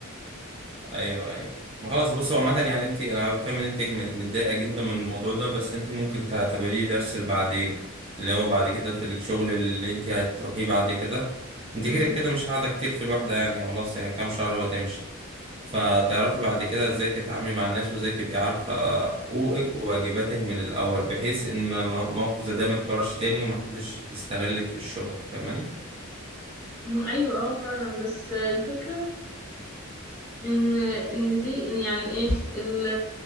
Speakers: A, on the right (about 25°); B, in the centre.
A: ايوه ايوه ما خلاص بص هو عامة يعني انت انا فاهم ان انت م- متضايقة جدا من الموضوع ده بس انت ممكن تعتبريه درس لبعدين اللي هو بعد كده في الشغل اللي انت هتروحيه بعد كده انت
B: مم.
A: كده كده مش قاعدة كتير في الوحدة يعني خلاص هي كام شهر وهتمشي فتعرفي بعد كده ازاي تتعاملي مع الناس وازاي تبقي عارفة حقوقك وواجباتك من الأول بحيث ان ما- ما- موقف زي ده ما يتكررش تاني ومحدش يستغلك في الشغل فاهماني؟
B: ايوه اه فعلا بس الفكره إن إن دي إن يعني إيه ال